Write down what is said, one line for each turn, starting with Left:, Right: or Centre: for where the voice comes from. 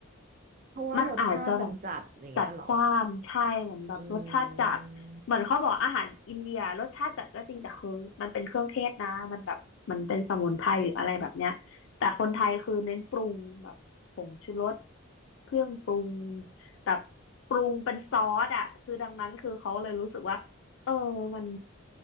Right: เพราะว่ารสชาติมันจัดอย่างเงี้ยเหรอ
Left: มันอาจจะแบบจัดจ้านใช่เหมือนแบบรสชาติจัดเหมือนเขาบอกอาหารอินเดียรสชาติจัดก็จริงแต่คือมันเป็นเครื่องเทศนะมันแบบมันเป็นสมุนไพรหรืออะไรแบบเนี้ยแต่คนไทยคือเน้นปรุงแบบผงชูรส
Right: อืม
Left: เครื่องปรุงแบบปรุงเป็นซอสอ่ะคือดังนั้นคือเขาเลยรู้สึกว่าเออมัน